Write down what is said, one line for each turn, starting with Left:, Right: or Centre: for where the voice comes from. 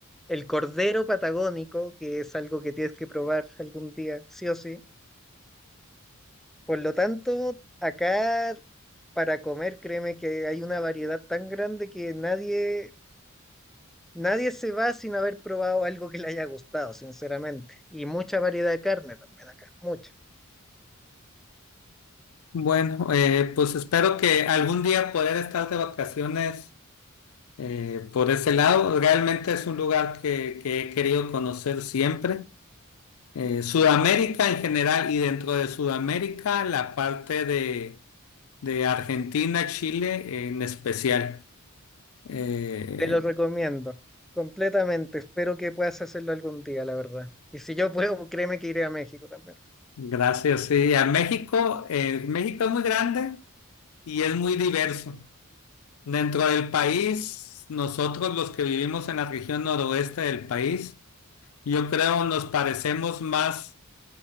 Centre: El cordero patagónico, que es algo que tienes que probar algún día, sí o sí. Por lo tanto, acá para comer, créeme que hay una variedad tan grande que nadie, nadie se va sin haber probado algo que le haya gustado, sinceramente. Y mucha variedad de carne también acá, mucha.
Left: Bueno, eh, pues espero que algún día poder estar de vacaciones Eh, por ese lado, realmente es un lugar que, que he querido conocer siempre. Eh, Sudamérica en general y dentro de Sudamérica, la parte de, de Argentina, Chile en especial. Eh,
Centre: Te lo recomiendo completamente. Espero que puedas hacerlo algún día, la verdad. Y si yo puedo, pues, créeme que iré a México también.
Left: gracias, sí. A México, eh, México es muy grande y es muy diverso. Dentro del país, nosotros los que vivimos en la región noroeste del país, yo creo nos parecemos más